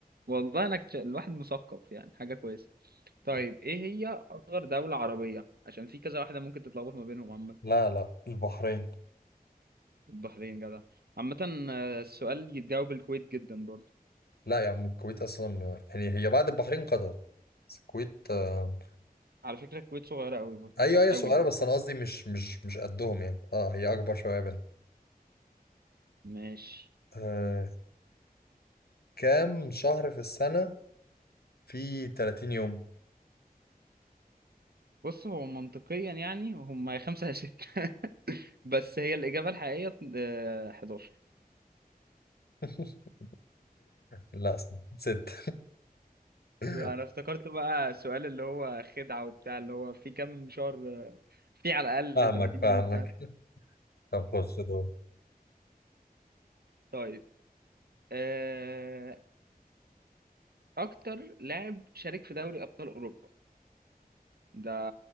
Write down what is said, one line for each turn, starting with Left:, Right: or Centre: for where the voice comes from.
Right: والله انا كتش... الواحد مثقف يعني حاجة كويسة طيب
Left: <laughs>
Right: ايه هي اصغر دولة عربية عشان في كذا واحدة ممكن تتلخبط ما بينهم عامة
Left: لا لا البحرين
Right: البحرين جدع عامة آه، السؤال يتجاوب الكويت جدا برضو
Left: لا يا عم الكويت اصلا يعني هي بعد البحرين قطر بس الكويت آه،
Right: على فكرة الكويت صغيرة أوي برضه
Left: ايوه هي
Right: أوي
Left: صغيره
Right: يعني
Left: بس انا قصدي مش مش مش قدهم يعني اه هي اكبر شويه بينا
Right: ماشي
Left: آه كام شهر في السنه في 30 يوم
Right: بص هو منطقيا يعني هم <laughs> يا خمسة يا ستة <laughs> بس هي الإجابة الحقيقية آه، 11
Left: <laughs> لا ست <laughs>
Right: أنا افتكرت بقى السؤال اللي هو خدعة وبتاع اللي هو في كام شهر في على الأقل
Left: فاهمك
Right: 30
Left: فاهمك
Right: يوم فاهم
Left: طب خش دور
Right: طيب آه، أكتر لاعب شارك في دوري أبطال أوروبا ده